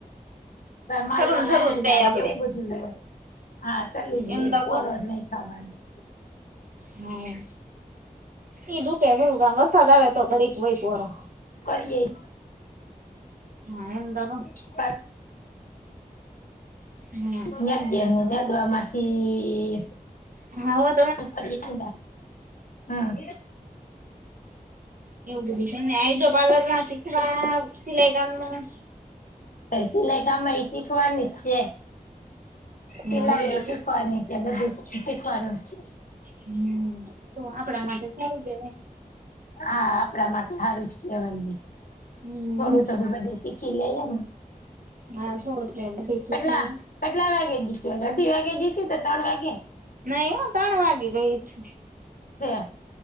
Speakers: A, on the left; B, on the right.
A: માલ
B: ખરું
A: ના
B: શરૂ
A: વહેદા
B: જ ગઈ આપડે
A: ની એવું બધું હા ચલું જ
B: એમ
A: રે
B: તો
A: પરોસ નહી ખાવાનું
B: હા ઈ દુખે ખરું કામ વરસાદ આવે તો ઘડીક વયપરો
A: કરીએ.
B: <unintelligible>
A: <unintelligible>
B: હમ
A: નદયાને નાદવા માંથી
B: હા.
A: <unintelligible> હા.
B: એવું બધી છે ને આજ પાર્લર શીખવા સિલાઈ કામ ન
A: સિલાઈ કામ એ શીખવાની છે.
B: હા
A: પેલ્લા
B: એમ
A: એ
B: તો કઉ.
A: શીખવાની સે બધું શીખવાનું છે..
B: હમ્મ તો આપડા માટે સારું કેવાય.
A: આ-આ-આ આપડા માટે હારું જ કેવાઈ
B: હમ
A: થોડું થોડું બધેય શીખી લેઈએ ને.
B: આમ થોળો <inaudible> બેચી
A: કેટલા
B: છીએ.
A: કેટલા વાગે જીત્યા કઢી વાગે જીત્યુ કે તન વાગે
B: નઈ અ તણ વાગે ગઇ છું.
A: ચા